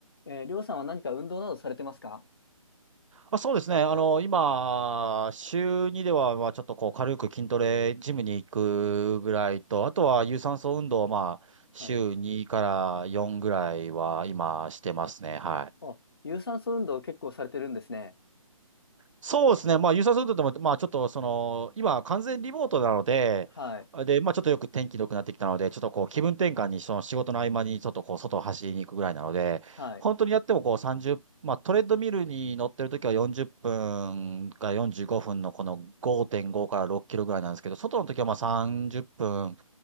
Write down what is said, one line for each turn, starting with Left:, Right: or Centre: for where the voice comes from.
Left: えーりょうさんは何か運動などされてますか
Right: あ、そうですね。あの、今、週2では、まあ、ちょっとこう、軽く筋トレ、ジムに行くぐらいと、あとは、有酸素運動を、まあ、週2から4ぐらいは、
Left: はい。
Right: 今、してますね。はい。
Left: あ、有酸素運動を結構されてるんですね。
Right: そうですね。
Left: あ、
Right: まあ、優先するとでも、まあ、ちょっと、その、今、完全リモートなので、
Left: はい。
Right: で、まあ、ちょっとよく天気良くなってきたので、ちょっとこう、気分転換に、その仕事の合間に、ちょっとこう、外を走りに行くぐらいなので、
Left: はい。
Right: 本当にやってもこう、30、まあ、トレッドミルに乗ってる時は40分から45分のこの5.5から6キロぐらいなんですけど、外の時はまあ30分、